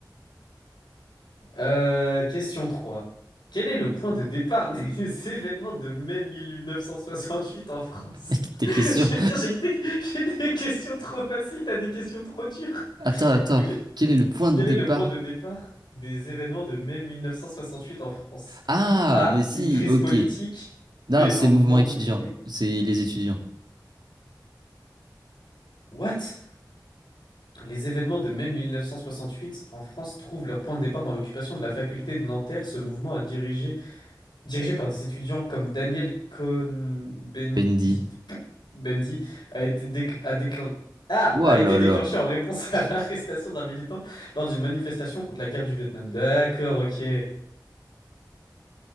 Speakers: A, on the left; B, on the right.
A: Euh, question 3. Quel est le point de départ des <laughs> événements de mai 1968 en France?
B: <laughs> Mec, tes
A: <laughs>
B: questions...
A: J'aime bien, j'ai que des... j'ai des questions trop faciles, t'as des questions trop dures.
B: Attends, attends,
A: Ok.
B: quel est le point de
A: Quel
B: départ?
A: est le point de départ des événements de mai 1968 en France?
B: Ah,
A: A.
B: mais si,
A: Une crise
B: ok.
A: politique. B.
B: Non, c'est
A: Un mouvement
B: mouvement étudiant.
A: ouvrier.
B: C'est les étudiants.
A: What? Les événements de mai 1968 en France trouvent leur point de départ dans l'occupation de la faculté de Nanterre. Ce mouvement a dirigé, dirigé par des étudiants comme Daniel Cohn-Bendit,
B: Bendy.
A: Bendy, a été décl- a déclin- Ah
B: Ouah
A: a été
B: là
A: déclenché
B: là.
A: en réponse à l'arrestation d'un militant lors d'une manifestation contre la guerre du Vietnam. D'accord, ok.